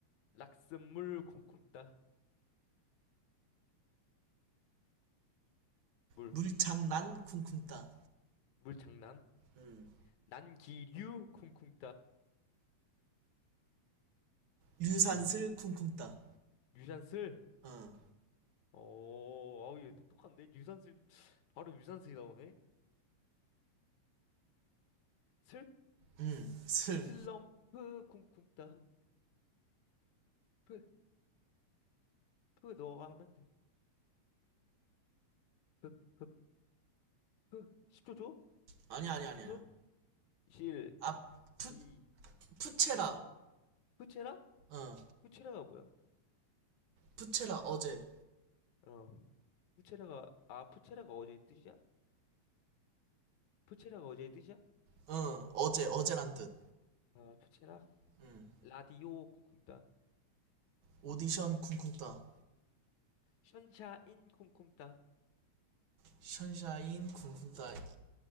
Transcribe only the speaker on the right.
물장난 쿵쿵 따.
음.
유산슬
쿵쿵 따.
어.
음. 슬.
아니야, 아니야,
아니야.
아, 푸,
푸체라.
어.
푸체라, 어제.
어, 어제, 어제란 뜻.
음.
오디션 쿵쿵 따.
션샤인 쿵쿵
따.